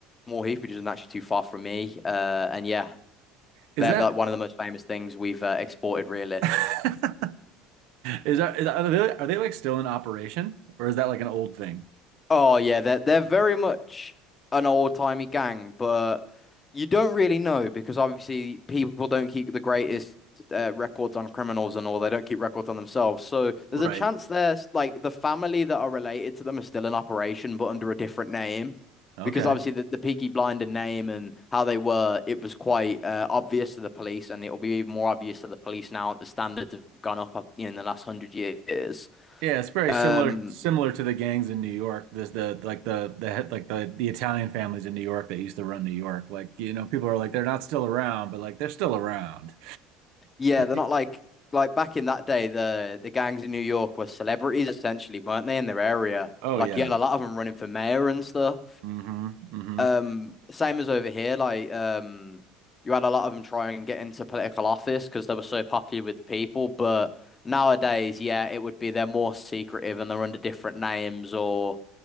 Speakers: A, on the left; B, on the right.
A: Small Heath, which isn't actually too far from me. Uh, and yeah,
B: Is
A: they're
B: that
A: like one of the most famous things we've uh, exported, really.
B: <laughs> Is that, is that are they are they like still in operation or is that like an old thing?
A: Oh yeah, they're they're very much an old-timey gang, but you don't really know because obviously people don't keep the greatest uh, records on criminals and all. They don't keep records on themselves, so there's
B: Right.
A: a chance there's like the family that are related to them are still in operation, but under a different name.
B: Okay.
A: Because obviously the, the Peaky Blinder name and how they were, it was quite uh, obvious to the police, and it will be even more obvious to the police now that the standards have gone up uh, in the last hundred years.
B: Yeah, it's very
A: Um,
B: similar similar to the gangs in New York. There's the like the the head like the the Italian families in New York that used to run New York. Like, you know, people are like they're not still around, but like they're still around.
A: yeah, they're
B: <laughs>
A: not like like back in that day, the the gangs in New York were celebrities essentially, weren't they, in their area?
B: Oh
A: Like
B: yeah.
A: you had a lot of them running for mayor and stuff.
B: Mm-hmm. Mm-hmm.
A: Um, same as over here, like um, you had a lot of them try and get into political office because they were so popular with the people. But nowadays, yeah, it would be they're more secretive and they're under different names, or